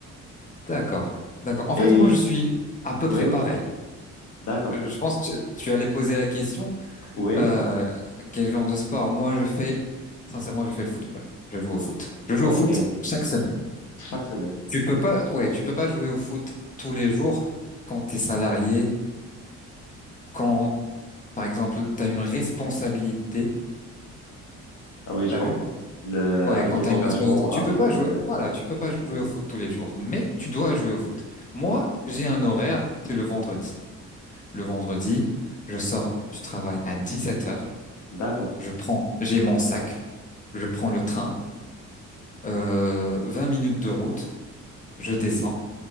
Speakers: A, on the left; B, on the left.
A: D'accord, d'accord. En
B: Et
A: fait, moi, je suis à peu
B: oui,
A: près
B: oui,
A: pareil.
B: d'accord.
A: Euh, Je pense que tu allais poser la question,
B: Oui,
A: euh, quel genre de sport? Moi, je fais, sincèrement, je fais le football. Je joue au foot. Je joue
B: ok,
A: au foot chaque semaine.
B: chaque semaine.
A: Tu peux pas, ouais, tu peux pas jouer au foot tous les jours quand t'es salarié, quand, par exemple, t'as une responsabilité.
B: Ah oui, je
A: T'as
B: comprends.
A: vu?
B: Le,
A: Ouais,
B: avec
A: quand
B: les
A: t'as
B: engagements,
A: une responsabilité.
B: avec...
A: Tu peux pas jouer,
B: euh,
A: voilà, tu peux pas jouer
B: ouais,
A: au foot tous les jours, mais tu dois jouer au foot. Moi, j'ai un horaire, c'est le vendredi. Le vendredi, je sors du travail à 17 heures.
B: d'accord.
A: Je prends, j'ai mon sac, je prends le train, euh, 20 minutes de route, je descends,